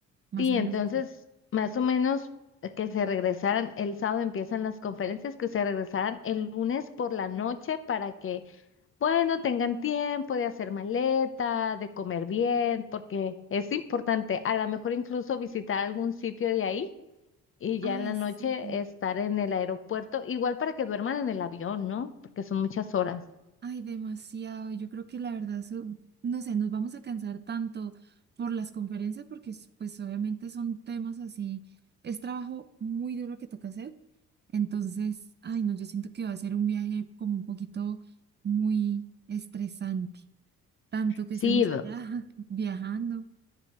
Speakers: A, on the right (about 35°); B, on the left (about 45°).
A: más
B: Sí,
A: o menos
B: entonces,
A: así.
B: más o menos eh, que se regresaran, el sábado empiezan las conferencias, que se regresaran el lunes por la noche para que Bueno, tengan tiempo de hacer maleta, de comer bien, porque es importante, a lo mejor incluso visitar algún sitio de ahí y ya
A: Ay,
B: en la noche
A: sí.
B: estar en el aeropuerto, igual para que duerman en el avión, ¿no? Porque son muchas horas.
A: Ay, demasiado. Yo creo que la verdad, eso- no sé, nos vamos a cansar tanto por las conferencias porque es- pues obviamente son temas así, es trabajo muy duro que toca hacer. Entonces, ay, no, yo siento que va a ser un viaje como un poquito muy estresante, tanto que
B: Sí,
A: estemos allá <laughs> viajando.